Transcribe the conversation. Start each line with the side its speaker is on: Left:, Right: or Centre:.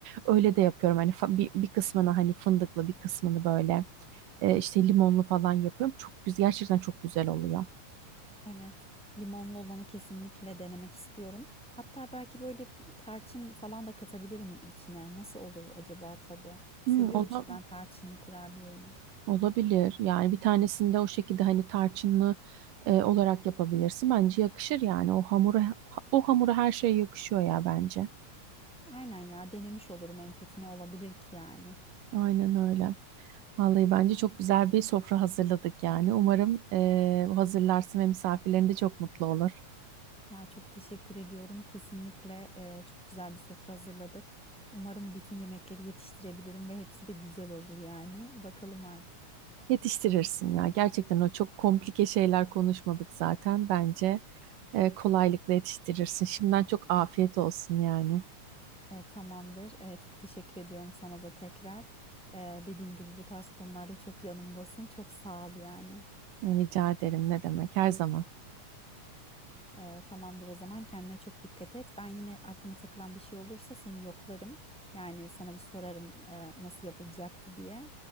Right: Öyle de yapıyorum hani fa- bir, bir kısmını hani fındıklı bir kısmını böyle e, işte limonlu falan yapıyorum. Çok güzel gerçekten çok güzel oluyor.
Centre: Evet. Limonlu olanı kesinlikle denemek istiyorum. Hatta belki böyle tarçın falan da katabilirim içine. Nasıl olur acaba tadı? Seviyorum
Right: Hmm, onu
Centre: çünkü ben tarçınlı kurabiyeyi.
Right: Olabilir. Yani bir tanesinde o şekilde hani tarçınlı e, olarak yapabilirsin. Bence yakışır yani. O hamura o hamura her şey yakışıyor ya bence.
Centre: Aynen ya denemiş olurum en kötü ne olabilir ki yani.
Right: Aynen öyle. Vallahi bence çok güzel bir sofra hazırladık yani. Umarım e, hazırlarsın ve misafirlerin de çok mutlu olur.
Centre: Ya çok teşekkür ediyorum. Kesinlikle e, çok güzel bir sofra hazırladık. Umarım bütün yemekleri yetiştirebilirim ve hepsi de güzel olur yani. Bakalım artık.
Right: Yetiştirirsin ya. Gerçekten o çok komplike şeyler konuşmadık zaten. Bence e, kolaylıkla yetiştirirsin. Şimdiden çok afiyet olsun yani.
Centre: E, tamamdır. E, çok teşekkür ediyorum sana da tekrar. E, dediğim gibi bu tarz konularda çok yanımdasın. Çok sağ ol yani.
Right: Rica ederim. Ne demek? Her zaman.
Centre: E, tamamdır o zaman kendine çok dikkat et. Ben yine aklıma takılan bir şey olursa seni yoklarım. Yani sana bir sorarım e, nasıl yapılacaktı diye.